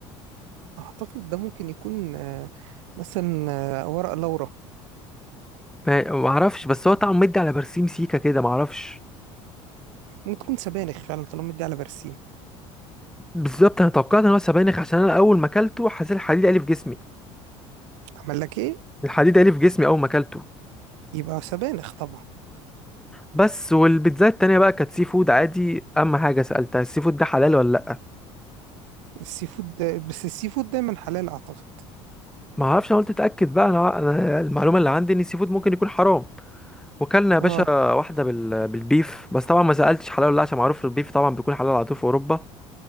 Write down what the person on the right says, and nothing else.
اعتقد ده ممكن يكون آه، مثلا آه، ورق لورا
ممكن تكون سبانخ فعلا طالما دي على برسيم
عمل لك ايه
يبقى سبانخ طبعا
السي فود ده بس السي فود دايما حلال اعتقد
اه